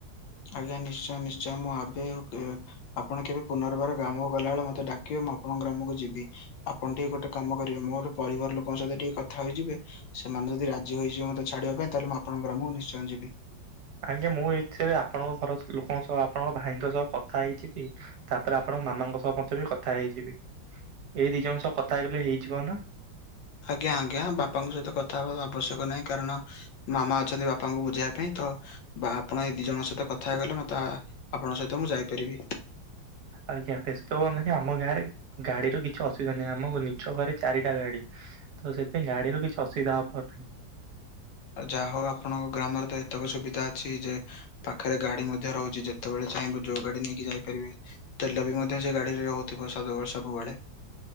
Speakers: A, on the left (about 75°); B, on the right (about 65°).
A: ଆଜ୍ଞା ନିଶ୍ଚୟ ନିଶ୍ଚୟ ମୁଁ ଆବେ ଆପଣ କେବେ ପୁନର୍ବାର ଗ୍ରାମକୁ ଗଲାବେଳେ ମତେ ଡାକିବେ ମୁଁ ଆପଣଙ୍କ ଗ୍ରାମକୁ ଯିବି। ଆପଣ ଟିକେ ଗୋଟେ କାମ କରିବେ ମୋର ପରିବାର ଲୋକଙ୍କ ସହିତ ଟିକେ କଥା ହେଇଯିବେ ସେମାନେ ଯଦି ରାଜି ହୋଇଇଯିବ ମୋତେ ଛାଡିବା ପାଇଁ ତାହେଲେ ମୁଁ ଆପଣଙ୍କ ଗ୍ରାମକୁ ନିଶ୍ଚୟ ଯିବି।
B: ଆଜ୍ଞା ମୁଁ ଏଥିରେ ଆପଣଙ୍କ ଘର ଲୋକଙ୍କ ସହ ଆପଣଙ୍କ ଭାଇଙ୍କ ସହ କଥା ହେଇଯିବି ତାପରେ ଆପଣଙ୍କ ମାମାଙ୍କ ସହ ମତେ ବି କଥା ହେଇଯିବି ଏଇ ଦି ଜଣଙ୍କ ସହ କଥା ହେଇଗଲେ ହେଇଯିବ ନା?
A: ଆଜ୍ଞା ଆଜ୍ଞା ବାପାଙ୍କ ସହିତ କଥା ହେବାର ଆବଶ୍ୟକ ନାହିଁ କାରଣ ମାମା ଅଛନ୍ତି ବାପାଙ୍କୁ ବୁଝେଇବା ପାଇଁ ତ ବା ଆପଣ ଏଇ ଦି ଜଣଙ୍କ ସହିତ କଥା ହେଗଲେ ମ ତା ଆପଣଙ୍କ ସହିତ ମୁଁ ଯାଇପାରିବି।
B: ଆଜ୍ଞା ବ୍ୟସ୍ତ ହୁଏ ନାହିଁ ଆମ ଗାଁରେ ଗାଡିର କିଛି ଅସୁବିଧା ନାହିଁ ଆମ ନିଜ ଘରେ ଚାରିଟା ଗାଡି। ତ ସେଥିପାଇଁ ଗାଡିରୁ କିଛି ଅୁବିଧା ହବ ନାହିଁ।
A: ଯାହା ହଉ ଆପଣଙ୍କ ଗ୍ରାମରେ ତ ଏତକ ସୁବିଧା ଅଛି ଯେ ପାଖରେ ଗାଡି ମଧ୍ୟ ରହୁଛି ଯେତେବେଳେ ଚାହିଁବ ଯୋଉ ଗାଡି ନେଇକି ଯାଇପାରିବେ ତେଲ ବି ମଧ୍ୟ ସେ ଗାଡିରେ ରହୁଥିବ ସଦାବେଳେ ସବୁବେଳେ।